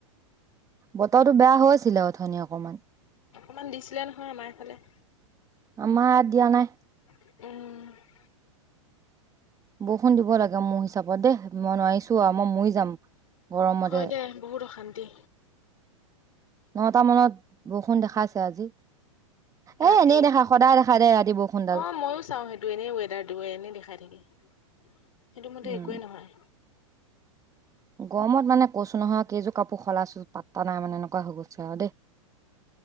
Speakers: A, on the right; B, on the left.
A: বতৰটো বেয়া হৈ আছিলে অথনি অকণমান।
B: অকণমান দিছিলে নহয় আমাৰ এইফালে।
A: আমাৰ দিয়া নাই।
B: উম।
A: বৰষুণ দিব লাগে মোৰ হিচাপত দেই, মই নোৱাৰিছো আৰু মই মৰি যাম। গৰমতে
B: হয় দে বহুত অশান্তি।
A: নটা মানত বৰষুণ দেখাইছে আজি। এ
B: ৰাতি।
A: এনেই দেখা সদায় দেখা দে ৰাতি বৰষুণডাল।
B: অ ময়ো চাওঁ সেইটো এনেই ৱেডাৰ দিব এনেই দেখাই থাকি সেইটো মতে
A: উম
B: একোৱেই নহয়।
A: গৰমত মানে কৈছো নহয় কেইযোৰ কাপোৰ সলাইছো পাত্তা নাই মানে এনেকুৱা হৈ গৈছে আৰু দেই।